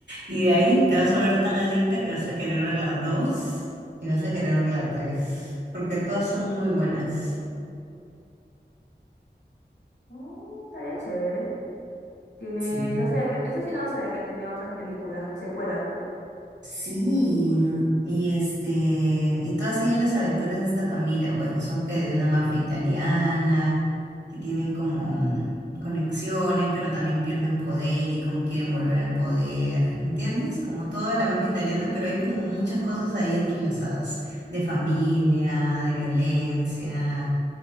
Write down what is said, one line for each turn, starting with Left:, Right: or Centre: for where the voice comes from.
Right: Y de ahí te vas a volver tan adicta que vas a querer ver la dos y vas a querer ver la tres. Porque todas son muy buenas.
Left: Mm, estaría chévere. Tiene,
Right: Sí.
Left: no sabía que, eso sí no lo sabía que tenía otras películas, secuelas, pues.
Right: Sí, y este, y todo así en las aventuras de esta familia, pues que son que de una mafia italiana, que tienen como mm, conexiones, pero también pierden poder y cómo quieren volver al poder, ¿entiendes? Como toda la mafia italiana, pero hay como muchas cosas ahí entrelazadas, de familia, de violencia,